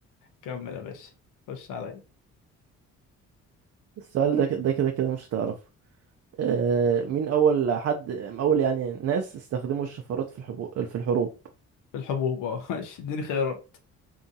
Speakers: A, on the left; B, on the right.
A: كمل يا باشا خش عليا
B: السؤال ده كده ده كده كده مش هتعرفه آه، مين أول حد أول يعني ناس استخدموا الشفرات في الحبو... في الحروب
A: الحبوب اه <laughs> ماشي اديني خيارات